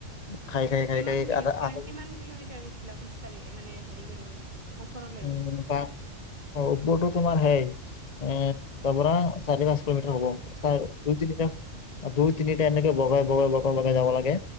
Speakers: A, on the left (about 40°); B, on the right (about 35°).
A: খাই খাই খাই
B: কিমান
A: খাই
B: কো
A: আধা আধা
B: কিমান কিলোমিটাৰ গৈছিলা খোজ কাঢ়ি মানে হেৰি কিনে ওপৰলৈ
A: উম বা অ উপৰটো তোমাৰ সেই এ তাৰ পৰা চাৰি পাঁচ কিলোমিটাৰ হ'ব তাৰ দুই তিনি দুই তিনিটা এনেকে বগাই বগাই বগাই বগাই যাব লাগে।